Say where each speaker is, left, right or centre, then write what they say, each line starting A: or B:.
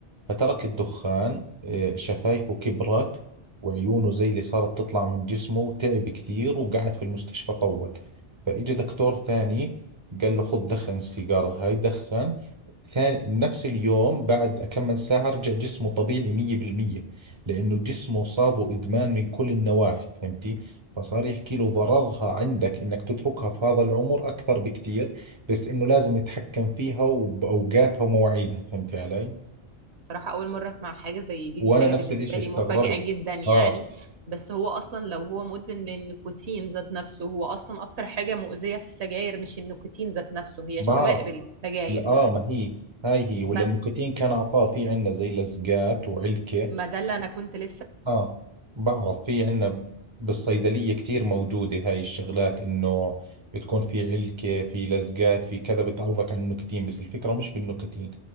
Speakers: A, on the right; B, on the right.
A: فترك الدخان آه، شفايفه كبرت وعيونه زي اللي صارت تطلع من جسمه وتعب كثير وقعد في المستشفى طول فإجا دكتور ثاني قال له خذ دخن السيجارة هاي دخن ثاني نفس اليوم بعد كم من ساعة رجع جسمه طبيعي مية بالمية لأنه جسمه صابه إدمان من كل النواحي فهمتي فصار يحكي له ضررها عندك إنك تتركها في هذا العمر أكثر بكثير بس إنه لازم يتحكم فيها وبأوقاتها ومواعيدها فهمتي علي؟
B: صراحة أول مرة أسمع حاجة زي دي
A: وانا
B: دي حاجة
A: نفس
B: بالنسبة
A: الاشي
B: لي
A: استغربت
B: مفاجأة جدا يعني
A: اه
B: بس هو أصلا لو هو مدمن للنيكوتين ذات نفسه هو أصلا أكتر حاجة مؤذية في السجاير مش النيكوتين ذات نفسه هي
A: بعرف
B: الشوائب اللي في السجاير
A: لا، اه ما هي هاي هي ولا
B: بس
A: النكتين كان اعطاه في عندنا زي لزقات وعلكة
B: ما ده اللي أنا كنت لسه
A: اه بعرف في عندنا بالصيدلية كثير موجودة هاي الشغلات انه بتكون في علكة في لزقات في كذا بتعوضك عن النكتين بس الفكرة مش بالنكتين